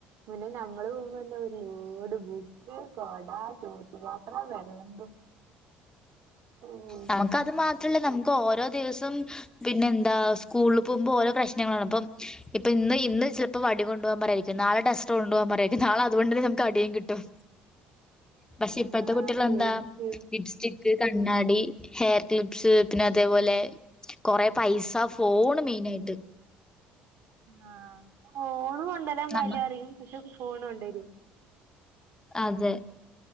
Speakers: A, on the right; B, on the left.
A: പിന്നെ ഞങ്ങൾ പോകുമ്പോന്ന ഒരു ലോട് ബുക്ക് കൊട ചോറ്റുപാത്രം വെള്ളം കുപ്പി ഉം
B: നമുക്കത് മാത്രല്ല നമുക്ക് ഓരോ ദിവസം പിന്നെ എന്താ സ്കൂളിൽ പോകുമ്പോ ഓരോ പ്രശ്നങ്ങളാണ് ഇപ്പം ഇപ്പ ഇ ഇന്ന് ചിലപ്പോ വടീം <unintelligible> നാളെ ഡസ്റ്റർ കൊണ്ടുപോവാൻ പറയാരിക്കും നാളെ അതുകൊണ്ട് തന്ന നമുക്ക് അടിയും കിട്ടും പക്ഷെ
A: ആഹ്
B: ഇപ്പഴത്തെ കുട്ടികളെന്താ
A: ശരിക്ക്
B: ലിപ്സ്റ്റിക്, കണ്ണാടി ഹെയർക്ലിപ്സ് പിന്നെ അതേപോലെ കൊറെ പൈസ ഫോണ് മെയിനായിട്ട്
A: ആ ഫോണ് കൊണ്ടരാൻ പാടില്ലാ
B: നമ്മ
A: പറയും പക്ഷെ ഫോൺ കൊണ്ടൊരും
B: അതെ